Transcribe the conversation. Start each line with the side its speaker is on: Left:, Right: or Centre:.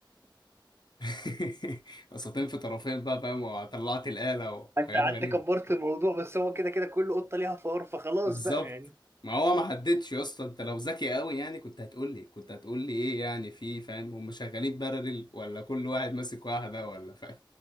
Left: <laughs> قسطين في طرفين بقى فاهم وطلعت الآلة وحاجات
Right: انت قعدت
Left: غريبة
Right: كبرت الموضوع بس هو كده كده كل قطة ليها فار فخلاص
Left: بالظبط
Right: بقى يعني
Left: ما هو ما حددش يا اسطى انت لو ذكي قوي يعني كنت هتقول لي كنت هتقول لي ايه يعني في فاهم هم شغالين بارلل ولا كل واحد ماسك واحدة ولا فاهم